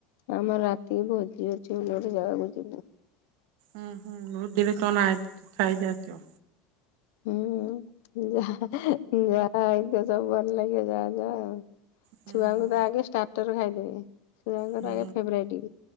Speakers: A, on the left; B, on the right.
A: ଆମର ରାତିକି ଭୋଜି ଅଛି ଗୋଟେ ଗୋଟେ ଜାଗାକୁ ଯିବୁ।
B: ହୁଁ ହୁଁ ବହୁତ ଦିନରେ ତନାଇ ଖାଇଯାଇ ଥିବ
A: ହୁଁ ଯାହା ଯାହା ଏଇତ ସବୁ ଭଲ ଲାଗେ ଯାହା ଯା ଆଉ।
B: ହୁଁ
A: ଛୁଆଙ୍କୁ
B: ହୁଁ
A: ତ ଆଗେ ଷ୍ଟାର୍ଟର ଖାଇଦେବେ ଛୁଆଙ୍କର
B: ହୁଁ
A: ଆଗ ଫେବରାଇଟ।